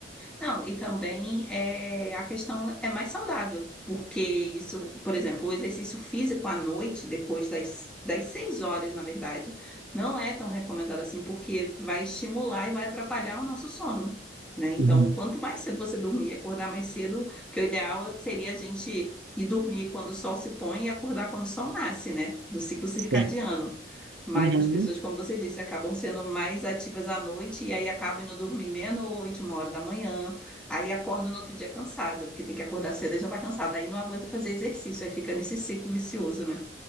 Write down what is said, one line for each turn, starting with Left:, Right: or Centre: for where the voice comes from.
Centre: Não, e também é, a questão é mais saudável, porque isso, por exemplo, o exercício físico à noite, depois das, das seis horas, na verdade, não é tão recomendado assim, porque vai estimular e vai atrapalhar o nosso sono, né? Então,
Right: Uhum.
Centre: quanto mais cedo você dormir, e acordar mais cedo, porque o ideal seria a gente ir dormir quando o sol se põe e acordar quando o sol nasce, né? Do ciclo circadiano.
Right: Sim.
Centre: Mas
Right: Uhum.
Centre: as pessoas, como você disse, acabam sendo mais ativas à noite e aí acabam indo dormir meia-noite, uma hora da manhã. Aí acorda no outro dia cansada, porque tem que acordar cedo e já está cansada. Aí não aguenta fazer exercício, aí fica nesse ciclo vicioso, né?